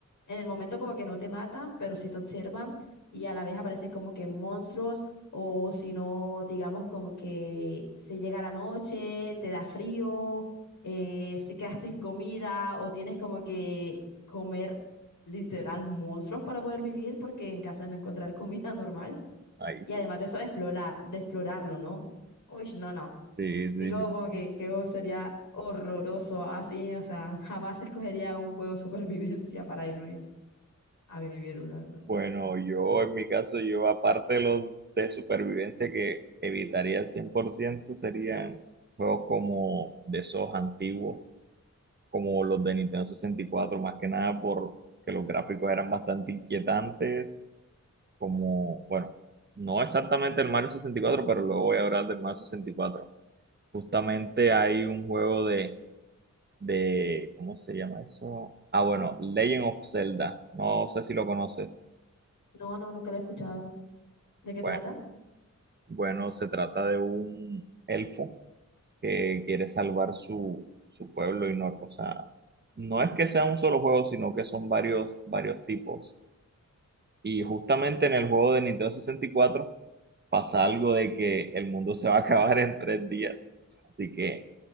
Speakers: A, on the left; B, on the right.
A: en el momento como que no te matan, pero sí te observan y a la vez aparecen como que monstruos o si no, digamos como que se llega la noche, te da frío, eh, se quedas sin comida o tienes como que comer literal monstruos para poder vivir porque en casa no encontrar <laughs> comida normal
B: Ahí
A: y
B: fue.
A: además de eso de, explorar, de explorarlo, ¿no? Uy, no, no.
B: Sí, sí,
A: Digo
B: me imagino.
A: como que, que oh, sería horroroso así, o sea, jamás escogería un juego <laughs> de supervivencia para irme a vivir, la verdad.
B: Bueno, yo en mi caso, yo aparte de los de supervivencia que evitaría al 100% serían juegos como de esos antiguos, como los de Nintendo sesenta y cuatro más que nada porque los gráficos eran bastante inquietantes como, bueno, no exactamente el Mario sesenta y cuatro pero luego voy a hablar del Mario sesenta y cuatro Justamente hay un juego de, de, ¿cómo se llama eso? Ah, bueno, Legend of Zelda. No sé si lo conoces.
A: No, no, nunca lo he escuchado. ¿De qué
B: Bueno,
A: trata?
B: bueno, se trata de un elfo que quiere salvar su, su pueblo y no, o sea, no es que sea un solo juego, sino que son varios, varios tipos. Y justamente en el juego de Nintendo sesenta y cuatro pasa algo de que el mundo se va a acabar en tres días. Así que